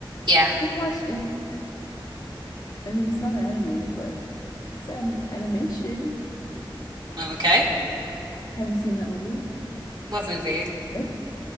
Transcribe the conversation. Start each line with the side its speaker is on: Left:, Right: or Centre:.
Right: yeah.
Left: Let's watch if I mean it's not anime, but it's an animation.
Right: Okay.
Left: Have you seen that movie?
Right: What movie?
Left: If?